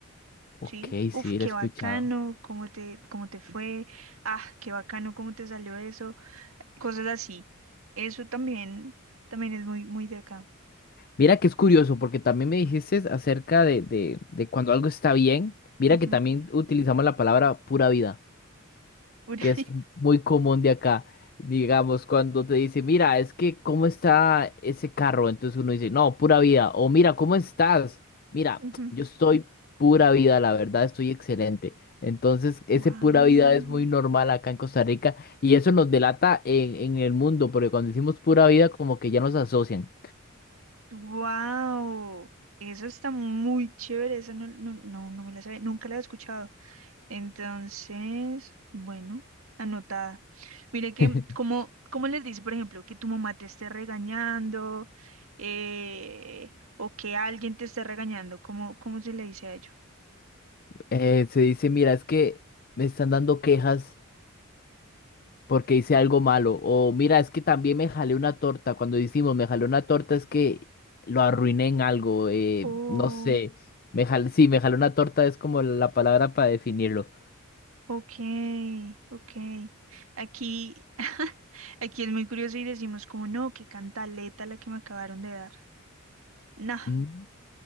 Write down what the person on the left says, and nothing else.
Ok,
sí,
lo he escuchado.
Mira que es curioso, porque también me dijiste acerca de, de, de cuando algo está bien. Mira
que también
utilizamos la palabra pura vida,
que es
muy común de acá. Digamos, cuando te dice, mira, es que cómo está ese carro, entonces uno dice, no, pura vida. O mira, ¿cómo estás? Mira,
yo estoy pura vida, la verdad, estoy excelente. Entonces, ese
pura vida es muy normal acá en Costa Rica y eso nos delata en, en el mundo, porque cuando decimos pura vida, como que ya nos asocian.
<laughs>
eh, se dice, mira, es que me están dando quejas porque hice algo malo. O mira, es que también me jalé una torta. Cuando decimos me jalé una torta es que lo arruiné en algo. eh,
no sé, me jalé, sí, me jalé una torta es como la palabra para definirlo.
Mm.